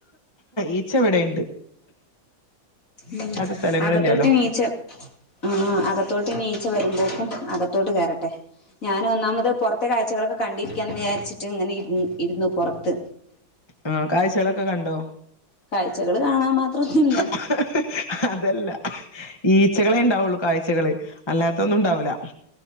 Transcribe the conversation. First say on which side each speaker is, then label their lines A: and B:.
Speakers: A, on the left (about 15°); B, on the left (about 40°).
A: ഈച്ചവിടെയുണ്ട്
B: ഉം
A: സ്ഥലങ്ങളില്ലല്ലോ
B: അകത്തോട്ട് ഈച്ച ആഹ് അകത്തോട്ട് ഈച്ച വരുമ്പോക്കും അകത്തോട്ട് കേയറട്ടെ ഞാൻ ഒന്നാമത് പുറത്തെ കാഴ്ചകളൊക്കെ കണ്ടിരിക്കാന്ന് വിചാരിച്ചിട്ട് ഇങ്ങനെ ഇ ഇരുന്നു പുറത്ത്
A: ആഹ് കാഴ്ചകളൊക്കെ കണ്ടോ
B: കാഴ്ചകൾ കാണാൻ മാത്രൊന്നുല്ല
A: <inaudible> അതല്ല ഈച്ചകളെണ്ടാവുള്ളു കാഴ്ചകള് അല്ലാത്തൊന്നുണ്ടാവില്ല